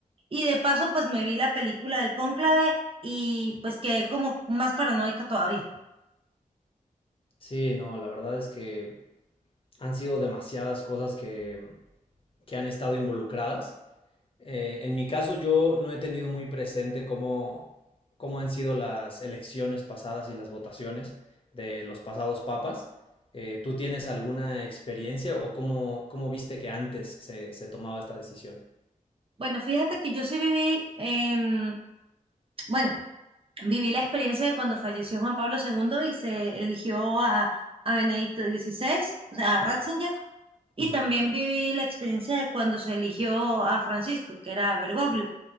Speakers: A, on the right; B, on the left.
A: Y de paso, pues me vi la película del Cónclave y pues quedé como más paranoica todavía.
B: Sí, no, la verdad es que han sido demasiadas cosas que, que han estado involucradas. Eh, en mi caso, yo no he tenido muy presente cómo, cómo han sido las elecciones pasadas y las votaciones de los pasados papas. Eh, ¿tú tienes alguna experiencia o cómo, cómo viste que antes se, se tomaba esta decisión?
A: Bueno, fíjate que yo sí viví, em, bueno, viví la experiencia de cuando falleció Juan Pablo segundo y se eligió a, a Benedicto XVI, o sea, a Ratzinger, y
B: Ujú,
A: también viví la experiencia de cuando se eligió a Francisco, que era Bergoglio.